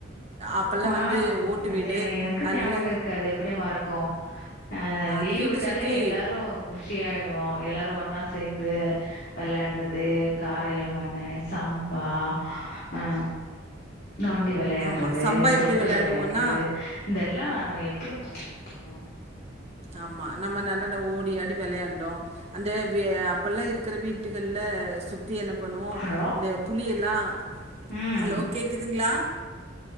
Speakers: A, on the right; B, on the left.
A: அப்பல்லா
B: வான்
A: வந்து ஓட்டு
B: அது
A: வீடு
B: எனக்கு
A: அதனால
B: ஞாபகம் இருக்கு அது எப்டி மறக்கு அ
A: அந்த
B: லீவ்
A: வீட்ட
B: விட்டாலே
A: சுத்தி
B: எல்லாரு குஷியாயிடுவோ எல்லாரு ஒன்னா சேந்து வெளையாட்றது காரியம் மண்ணு சம்பா ஆ நொண்டி வெளையாட்றது
A: ஆமா சம்பா எப்டி
B: தொட்டு
A: விளையாடுவோன்னா
B: வெளையாட்டு இதல்லா எப்டி மறக்க முடியு
A: ஆம்மா நம்ம நலல்ல ஓடி ஆடி வெளையாண் டோ அந்த வீ அப்பெல்லா இருக்கிற வீட்டுகள்ல சுத்தி என்ன பண்ணுவோ
B: ஹலோ
A: இந்த புளியெல்லா
B: ம்
A: ஹலோ கேட்குதுங்ளா